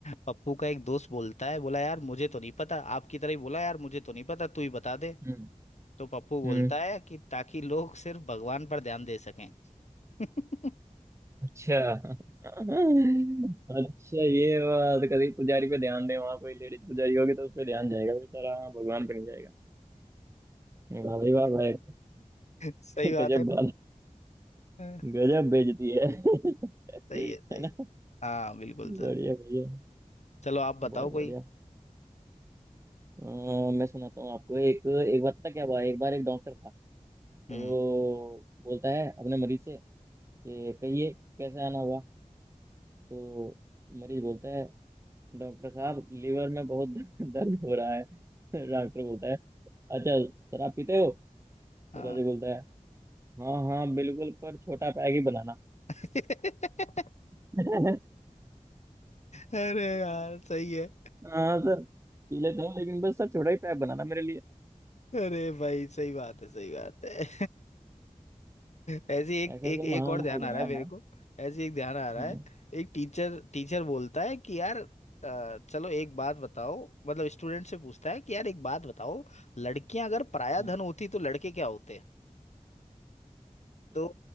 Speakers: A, on the left; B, on the right.
A: पप्पू का एक दोस्त बोलता है बोला यार मुझे तो नहीं पता आपकी तरह ही बोला यार मुझे तो नहीं पता तू ही बता दे
B: हम्म
A: तो पप्पू बोलता
B: हम्म।
A: है कि ताकि लोग सिर्फ भगवान पर ध्यान दे सकें <laughs>
B: अच्छा अच्छा ये बात कभी पुजारी पे ध्यान दे वहां कोई लेडीज पुजारी होगी तो उस पे ध्यान जाएगा बेचारा हाँ, भगवान पे नहीं जाएगा वाह भाई वाह भाई
A: सही
B: गजब
A: बात है ना
B: बात
A: हाँ,
B: गजब बेइज्जती है
A: सही
B: है
A: है सही
B: ना
A: है। हाँ बिल्कुल सर
B: बढ़िया बढ़िया
A: चलो आप बताओ
B: बहुत
A: कोई
B: बढ़िया अ, मैं सुनाता हूँ आपको एक एक बार पता क्या हुआ एक बार एक डॉक्टर था तो
A: हम्म
B: बोलता है अपने मरीज से कि कहिए कैसे आना हुआ तो मरीज बोलता है डॉक्टर साहब लीवर में बहुत <laughs> दर्द हो रहा है डॉक्टर बोलता है अच्छा शराब पीते हो
A: हाँ
B: फिरोजी बोलता है हाँ हाँ बिल्कुल पर छोटा पैग ही बनाना
A: <laughs>
B: <laughs>
A: अरे यार सही है
B: हाँ सर पी लेता हूँ लेकिन बस सर छोटा ही पैग बनाना मेरे लिए
A: अरे भाई सही बात है सही बात है <laughs> ऐसी एक
B: ऐसे
A: एक
B: ऐसे
A: एक
B: महान
A: और ध्यान
B: लोग
A: आ रहा
B: हैं यार
A: है मेरे
B: हैं
A: को ऐसी एक ध्यान आ रहा
B: हम्म
A: है एक टीचर टीचर बोलता है कि यार अ, चलो एक बात बताओ मतलब स्टूडेंट से पूछता है कि यार एक बात बताओ लड़कियां अगर पराया
B: हम्म
A: धन होती तो लड़के क्या होते तो